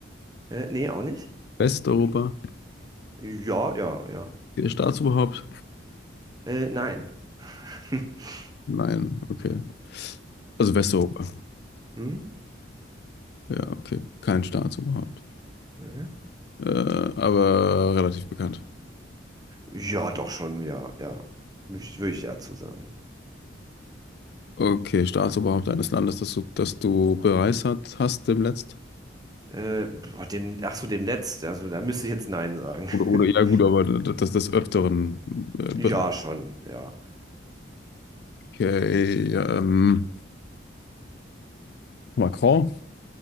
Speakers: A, on the right (about 20°); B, on the left (about 60°).
A: Äh, nee, auch nicht.
B: Westeuropa?
A: Ja, ja, ja.
B: Okay, Staatsoberhaupt?
A: Äh, nein. <laughs>
B: Nein, okay. Also Westeuropa.
A: Hm?
B: Ja, okay. Kein Staatsoberhaupt.
A: Nee.
B: Äh, aber relativ bekannt.
A: Ja, doch schon, ja, ja. Würde ich, würd ich ja zu sagen.
B: Okay, Staatsoberhaupt eines Landes, das du, das du bereist hat, hast demnächst?
A: Äh, boah, dem, ach so, dem Netz, also da müsste ich jetzt Nein sagen.
B: Oder, oder ja,
A: <laughs>
B: gut, aber das, das des Öfteren äh, bereist.
A: Ja, schon, ja.
B: Okay, ähm, Macron?